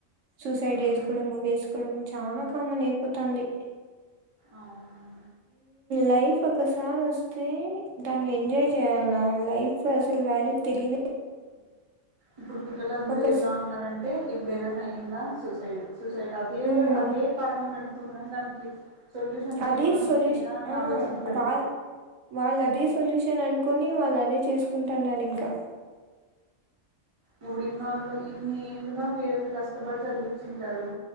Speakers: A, on the right; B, on the right.
A: సూసైడ్
B: హ్మ్.
A: వేసుకోవడం వురేకోవడం చాలా కామన్ అయిపోతుంది
B: అవును
A: లైఫ్ ఒకసారి వస్తే దాన్ని ఎంజాయ్ చేయ్యాల లైఫ్ సల్ వాల్యూ తిలేనీ
B: ఇప్పుడు పిల్లలందరూ
A: ఒక
B: ఎట్లా
A: స్
B: ఉన్నారంటే ఇప్పుడు ఏదైనా అయ్యిందా సూసైడ్ సూసైడ్ అదే
A: మ్మ్
B: అదే కారణం ఎనుకుంటుని దానికి సొల్యూషన్స్
A: అదే
B: ఏమన్నా
A: సొల్యూషన్
B: ఉన్నాయా అని
A: ఆ
B: ఆలోచించారు
A: వాళ్ వాళ్ళు అదే సొల్యూషన్ అనుకుని వాళ్ళ అదే చేసు కుంటున్నాడు ఇంకా
B: ఇప్పుడు ఇన్నోళ్ళు ఇన్ని ఏండ్లుగా పేరెంత కష్టపడి చదివచ్చింటారు